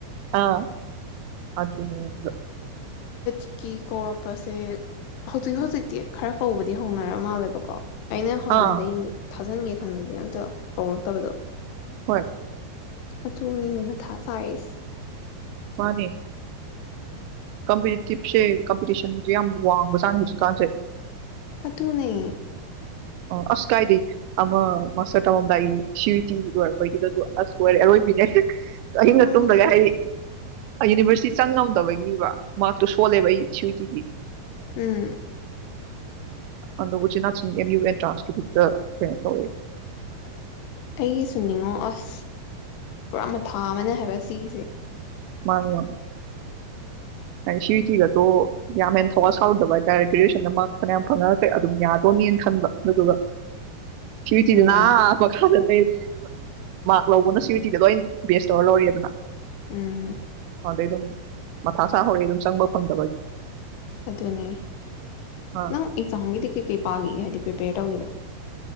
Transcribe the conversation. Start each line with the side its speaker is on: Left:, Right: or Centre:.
Right: ꯑꯝ ꯑꯗꯨꯅꯦ ꯑꯩꯁꯨ
Left: ꯀꯤ ꯀꯧꯔꯛꯄꯁꯦ ꯍꯧꯖꯤꯛ ꯍꯧꯖꯤꯛꯇꯤ ꯈꯔ ꯀꯩꯕꯗꯤ ꯍꯧꯅꯔꯃꯥꯜꯂꯦꯕꯀꯣ ꯑꯩꯅ ꯍꯥꯟꯅꯗꯩꯅꯤ
Right: ꯑꯥ
Left: ꯊꯥ ꯊꯥꯖꯟꯒꯦ ꯈꯟꯕꯁꯦ ꯑꯝꯇꯥ ꯀꯧꯔꯛꯇꯕꯗꯣ
Right: ꯍꯣꯏ
Left: ꯑꯗꯨꯅꯤꯅꯦ ꯃꯊꯥ ꯁꯥꯏ ꯑꯩꯁꯦ
Right: ꯃꯅꯦ ꯀꯝꯄꯔꯤꯇꯤꯞꯁꯦ ꯀꯝꯄꯤꯇꯤꯁꯟꯁꯦ ꯌꯝ ꯋꯥꯡꯕꯖꯠꯅꯤ ꯍꯧꯖꯤꯛꯀꯟꯁꯦ
Left: ꯑꯗꯨꯅꯦ
Right: ꯑꯥꯁ ꯀꯥꯏꯗꯩ ꯑꯃ ꯃꯥꯁꯇꯔ ꯇꯝꯃꯝꯗꯥꯏꯒꯤ ꯁꯤꯌꯨꯇꯤ ꯂꯣꯏꯔꯛꯄꯩꯗꯨꯗꯁꯨ ꯑꯥꯁ ꯂꯧꯏꯔꯦ ꯑꯔꯣꯏꯕꯤꯅꯦ ꯑꯍꯤꯡꯒ
Left: ꯃꯥꯅꯦ
Right: ꯇꯨꯝꯗꯒꯩ ꯍꯥꯏꯗ ꯍꯥꯏꯗꯤ ꯌꯨꯅꯤꯕꯔꯁꯤꯇꯤ ꯆꯪꯉꯝꯗꯕꯒꯤꯕ ꯃꯥꯛꯇꯣ ꯁꯣꯜꯂꯦꯕ ꯑꯩ ꯁꯤꯌꯨꯇꯤ ꯒꯤ
Left: ꯎꯝ
Right: ꯑꯗꯨ ꯎꯆꯤꯟ ꯅꯆꯤꯟ ꯑꯦꯝꯃꯤꯎ ꯑꯦꯟꯇꯔꯥꯟꯁꯀꯤꯗꯨꯗ ꯀꯩꯅꯣ ꯇꯧꯏ
Left: ꯑꯩꯒꯤꯁꯨꯅꯤꯉꯣ ꯑꯁ ꯄꯨꯔꯥ ꯃꯊꯥ ꯑꯃꯅꯦ ꯍꯥꯏꯕ ꯁꯤꯒꯤꯁꯦ
Right: ꯃꯅꯦꯕ ꯍꯥꯏ ꯁꯤꯇꯤꯒꯗꯣ ꯌꯥꯝ ꯍꯦꯟ ꯊꯧꯋ ꯁꯔꯨꯗꯕ ꯍꯥꯏꯇꯔꯦ ꯒꯔ꯭ꯦꯖꯋꯑꯦꯁꯟꯗ ꯃꯥꯛ ꯐꯅꯌꯥꯝ ꯐꯪꯉ ꯑꯗꯨꯝ ꯌꯗꯣꯅꯦꯅ ꯈꯟꯕ ꯑꯗꯨꯗꯨꯒ ꯁꯤꯌꯨꯇꯤꯗꯨꯅ
Left: ꯑꯗꯨꯅꯦ
Right: ꯑꯥ ꯃꯈꯥꯗ ꯍꯩ ꯃꯥꯛ ꯂꯧꯕꯅ ꯁꯤꯌꯨꯇꯤꯗ ꯂꯣꯢꯅ ꯕꯦꯁ ꯇꯧꯔ ꯂꯧꯏꯗꯅ
Left: ꯎꯝ
Right: ꯑꯗꯩ ꯑꯗꯨꯝ ꯃꯊꯁꯥ ꯍꯧꯔꯛꯑꯦ ꯗꯨꯝꯆꯪꯕ ꯐꯪꯗꯕꯒꯤ
Left: ꯑꯗꯨꯅꯦ
Right: ꯑꯥ
Left: ꯅꯪ ꯑꯦꯛꯖꯥꯝꯒꯤꯗꯤ ꯀꯩꯀꯩ ꯄꯒꯤꯒꯦ ꯍꯥꯏꯗꯤ ꯄꯔꯤꯄꯌꯦꯔ ꯇꯧꯒꯤꯕꯗꯨ